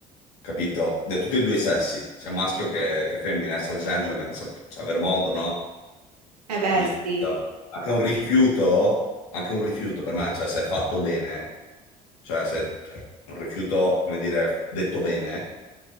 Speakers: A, on the left; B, on the right.
A: capito? Da tutti e due i sessi, sia maschio che, che femmina, essere gentleman, sap- cioè, aver modo, no?
B: Eh beh,
A: capito?
B: sì,
A: Anche un rifiuto, anche un rifiuto per me, cioè se è fatto bene, cioè se cioè, un rifiuto, come dire, detto bene,